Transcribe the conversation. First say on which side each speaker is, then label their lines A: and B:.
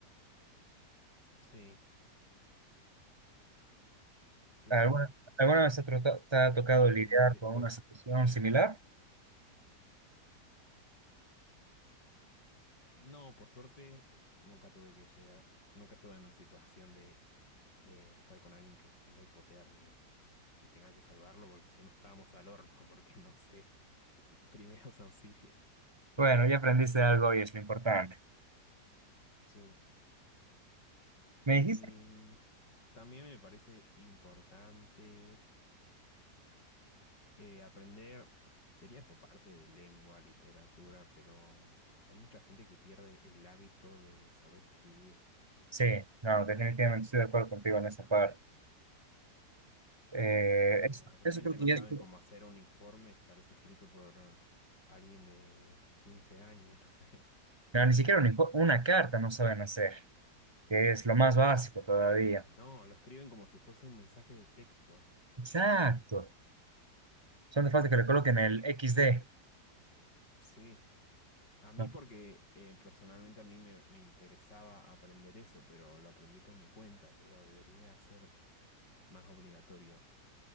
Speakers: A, on the left (about 80°); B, on the right (about 15°).
A: sí, sí,
B: ¿Alguna,
A: sí.
B: alguna vez te, ha trota- te ha tocado
A: Y
B: lidiar
A: después,
B: con una situación similar?
A: no, por suerte, nunca tuve que llegar, nunca estuve en una situación de, de estar con alguien que tenga hipotermia. y tenga que salvarlo porque si no estábamos al horno, <laughs> porque no sé, <laughs> primeros auxilios.
B: Bueno, ya aprendiste algo y es lo importante.
A: Sí. Y
B: Me dijiste
A: mm, también me parece importante eh, aprender, sería esto parte de lengua, literatura, pero hay mucha gente que pierde el hábito de saber escribir.
B: Sí, no, definitivamente estoy de acuerdo contigo en esa parte. Eh,
A: Eh,
B: eso,
A: realmente
B: eso creo que
A: no
B: ya
A: saben
B: es...
A: cómo hacer un informe, parece escrito por alguien de 15 años, <laughs> no sé.
B: No, ni siquiera un info- una carta no saben hacer, que es lo más básico todavía.
A: No, lo escriben como si fuese un mensaje de texto.
B: Exacto. Son de falta que le coloquen el XD.
A: Sí, A mí
B: No,
A: porque eh, personalmente a mí me, me interesaba aprender eso, pero lo aprendí por mi cuenta, pero debería ser más obligatorio